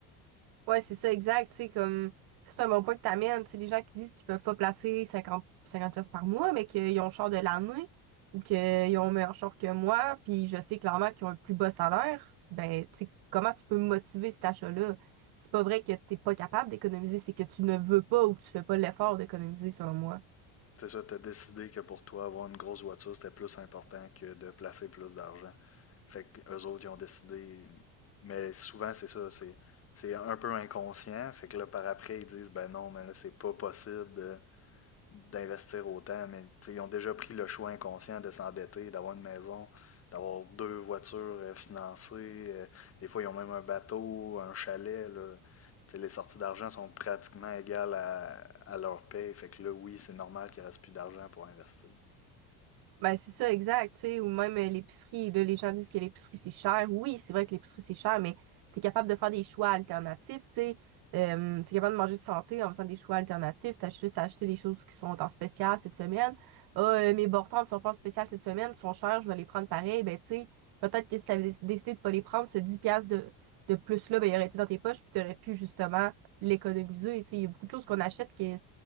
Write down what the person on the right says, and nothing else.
Ouais, c'est ça, exact. Tu sais, comme, c'est un bon point que t'amènes. Tu sais, les gens qui disent qu'ils peuvent pas placer cinquante, cinquante pièces par mois, mais qu'ils ont le char de l'année ou qu'ils ont un meilleur char que moi, puis je sais clairement qu'ils ont un plus bas salaire, ben, tu sais, comment tu peux me motiver cet achat-là? C'est pas vrai que t'es pas capable d'économiser, c'est que tu ne veux pas ou que tu fais pas l'effort d'économiser, selon moi.
Ben, c'est ça, exact, tu sais, ou même euh, l'épicerie, là, les gens disent que l'épicerie, c'est cher. Oui, c'est vrai que l'épicerie, c'est cher, mais t'es capable de faire des choix alternatifs, tu sais. Euh, t'es capable de manger santé en faisant des choix alternatifs. T'as juste à acheter les choses qui sont en spécial cette semaine. Ah, euh, mes bortons ne sont pas en spécial cette semaine, ils sont chers, je vais les prendre pareil. Ben, tu sais, peut-être que si t'avais dé- décidé de pas les prendre, ce 10 piastres de, de plus-là, ben, il aurait été dans tes poches, puis t'aurais pu, justement, l'économiser, tu sais. Il y a beaucoup de choses qu'on achète que